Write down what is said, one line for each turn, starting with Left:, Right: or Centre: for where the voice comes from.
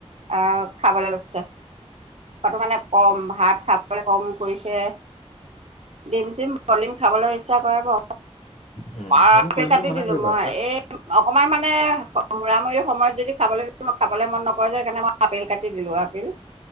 Right: আহ খাবলৈ গৈছে খোৱাটো মানে কম ভাত খাবলৈ কম কৰিছে দিম চিম বলিম খাবলৈ ইচ্ছা কৰে
Left: উম,
Right: বাপে
Left: সেইবোৰ কৰিবলৈ
Right: কাটি
Left: মানা
Right: দিলো
Left: কৰিবা
Right: মই
Left: তাক
Right: এই অকমান মানে মূৰামূৰি সময়ত যদি খাবলৈ দিওঁ খাবলৈ মন নকৰে যে সেইকাৰণে মই আপেল কাটি দিলোঁ আপিল